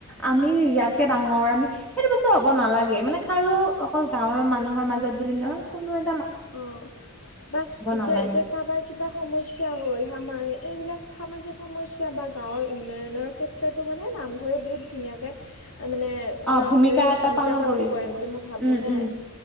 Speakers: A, in the centre; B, on the left.
A: আমি ইয়াতকে ডাঙৰ আমি সেইটো বস্তু হ'ব
B: অঁ
A: নালাগে মানে কাৰো অকল গাঁৱৰ মানুহৰ মাজত বুলি নহয় কোনো এ
B: অ, বা এতিয়া
A: নালাগে
B: এতিয়া কাৰোবাৰ কিবা সমস্যা হ'ল সাৰ এইবিলাক সামাজিক সমস্যা বা গাঁৱৰ উন্নয়নৰ ক্ষেত্ৰতো মানে নামঘৰে বহুত ধুনীয়াকৈ মানে
A: অ
B: নামঘৰে
A: ভূমিকা এটা
B: ভূমিকা পালন
A: কৰি আছে
B: কৰে বুলি মই ভাবোঁ
A: উম
B: হে।
A: উম